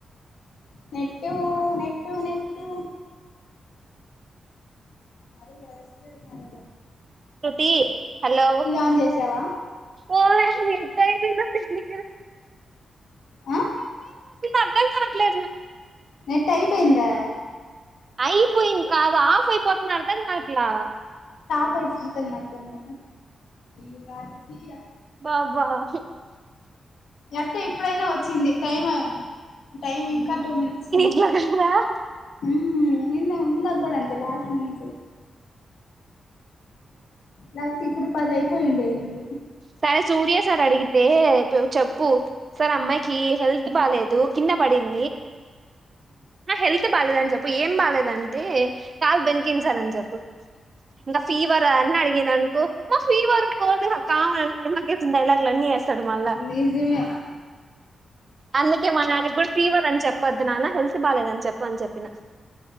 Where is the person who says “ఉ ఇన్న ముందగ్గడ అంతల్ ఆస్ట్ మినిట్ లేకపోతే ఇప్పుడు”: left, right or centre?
Left